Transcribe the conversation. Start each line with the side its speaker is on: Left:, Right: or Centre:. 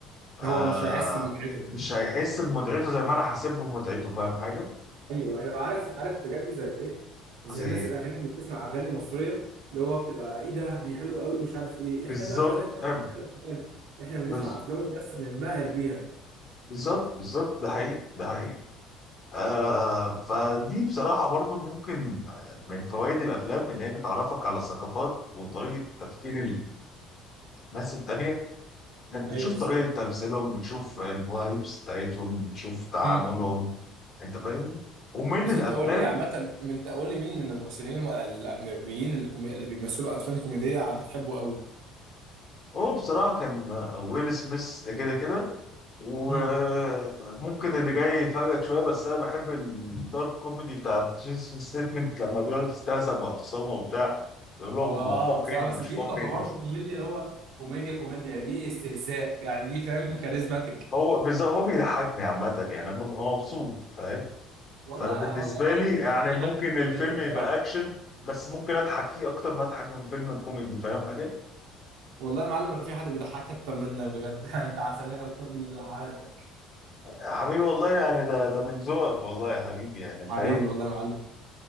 Left: آه
Right: هو مش هيحس بمتعته
Left: مش هيحس بمتعته زي ما انا حاسب بمتعته فاهم حاجه
Right: ايوه ايوه عارف عارف بجد زي ايه زي
Left: زي
Right: الناس الاغاني اللي بتسمع اغاني مصريه اللي هو بتبقى ايه ده دي حلوه قوي مش عارف ايه
Left: بالظبط
Right: احنا بقى كذلك
Left: فاهم
Right: زي الافلام احنا بنسمع
Left: بز-
Right: افلام بس بننبهر بيها
Left: بالظبط بالظبط ده حقيقي ده حقيقي آه فدي بصراحه برضو ممكن آه، من فوائد الافلام ان هي بتعرفك على الثقافات وطريقه تفكير الناس التانيه انت
Right: ايوه
Left: بتشوف
Right: بالظبط
Left: طريقة تمثيلهم بتشوف الفايبس بتاعتهم بتشوف تعاملهم
Right: مم.
Left: انت فاهمني ومن
Right: بس
Left: الافلام
Right: انت قول لي عامه انت قول لي مين من الممثلين الم- الاجنبيين اللي, كومي... اللي بيمثلوا افلام كوميديه بتحبه قوي
Left: هو بصراحة كان ويل سميث ده كده كده وممكن
Right: مم.
Left: اللي جاي يفاجئك شوية بس انا بحب الدارك كوميدي بتاع جيسون ستيتمنت لما بيقعد يستهزأ بأخصامه وبتاع يقول لهم
Right: هو اه
Left: فاقين
Right: بصراحه
Left: ومش
Right: بس دي
Left: فاقين
Right: ما تعتبرش كوميديا اللي هو كوميديا كوميديا دي استهزاء يعني دي فاهم كاريزماتيك
Left: هو بز- هو بيضحكني عامة يعني انا ببقى مبسوط فاهم
Right: والله
Left: فانا بالنسبه
Right: والله يا
Left: لي
Right: معلم
Left: يعني
Right: في حد بيضحكني
Left: ممكن
Right: اكتر
Left: الفيلم
Right: منك بصراحه
Left: يبقى اكشن بس ممكن اضحك فيه اكتر ما اضحك من فيلم الكوميدي فاهم حاجه
Right: والله يا معلم ما في حد بيضحكني اكتر منك بجد <laughs> انت عسليه بكل حالاتك
Left: يا حبيبي والله يعني ده ده من ذوقك والله يا حبيبي يعني
Right: حبيبي
Left: فاهم
Right: والله يا معلم